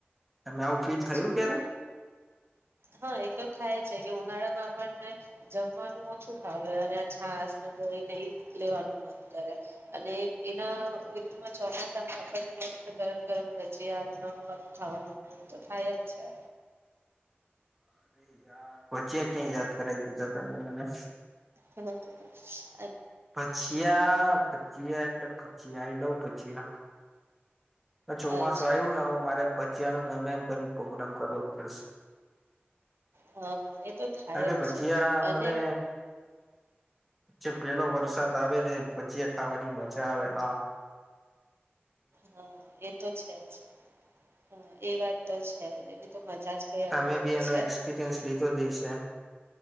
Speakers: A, in the centre; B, on the right.
A: અને આવું ફીલ
B: અચ્છા
A: થયું ક્યારે
B: હા, એ તો થાય છે કે ઉનાળામાં આપણને જમવાનું ઓછું ખાવે અને આ છાસ, દહી ને એ લેવાનું મન કરે અને એના વિરુદ્ધમાં ચોમાસામાં આપને મસ્ત ગરમ ગરમ ભજીયા અને નવ નવાધું ખાવાનું મન તો થાય જ છે
A: અરે યાાર ભજ્યા ક્યાં યાદ કરાવી દીધા તમે મને
B: બ <unintelligible>
A: ભજીયા, ભજીયા એટલે ભજીયા એ લઉ ભજીયા આ ચોમાસું
B: અચ્છા
A: આવ્યું ને મારે ચાલો ગમે એમ કરીન પ્રોગ્રામ કરવો જ પડશે
B: હા, હા, એ તો થાય
A: કારણ કે
B: જ
A: ભજીયા
B: છે અને
A: મને જે પેલો
B: હમ,
A: વરસાદ આવે ને ભજીયા ખાવાની મજા આવે આ
B: હા, એ તો છે જ, હા એ વાત તો છે જ, એની તો મજા જ કઈ
A: તમે
B: અલગ હોય
A: બી એનો
B: છે
A: એક્સપિરિયન્સ લીધો જ હશે